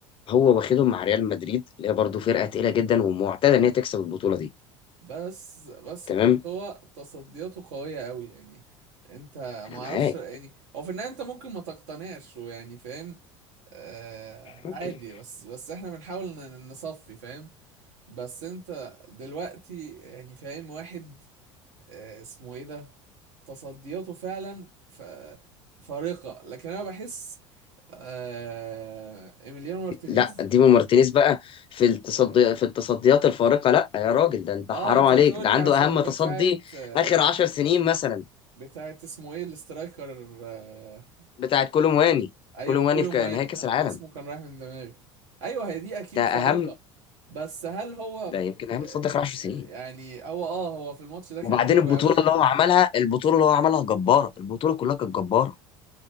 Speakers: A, on the left; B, on the right.
A: هو واخدهم مع ريال مدريد اللي هي برضه فرقه تقيله جدا ومعتاده ان هي تكسب البطوله دي
B: بس بس
A: تمام
B: كورتوا تصدياته قوية قوي يعني انت
A: انا
B: ما
A: معاك
B: اعرفش يعني هو في النهاية انت ممكن ما تقتنعش ويعني فاهم آه
A: اوكي
B: عادي بس بس احنا بنحاول ن- نصفي فاهم بس انت دلوقتي يعني فاهم واحد آه اسمه ايه ده تصدياته فعلا ف... فارقة لكن انا بحس آه ايميليانو مارتينيز
A: لا ديمو مارتينيز بقى في التصدي
B: اه
A: في التصديات الفارقة لا يا راجل ده انت
B: آه،
A: حرام
B: انت
A: عليك
B: هتقول
A: ده
B: لي
A: عنده
B: عشان
A: اهم تصدي
B: بتاعت آه،
A: اخر عشر سنين مثلا
B: بتاعت اسمه ايه الاسترايكر آه،
A: بتاع كولومواني
B: ايوه
A: كولومواني
B: كولو
A: في ك-
B: مواني
A: نهائي كأس
B: انا
A: العالم
B: اسمه كان رايح من دماغي ايوه هي دي اكيد
A: ده
B: فارقة
A: اهم
B: بس هل هو
A: ده
B: ب-
A: يمكن اهم تصدي اخر عشر سنين
B: يعني هو اه هو في الماتش ده كان
A: وبعدين
B: حلو
A: البطولة
B: قوي
A: اللي هو عملها البطولة اللي هو عملها جبارة البطولة كلها كانت جبارة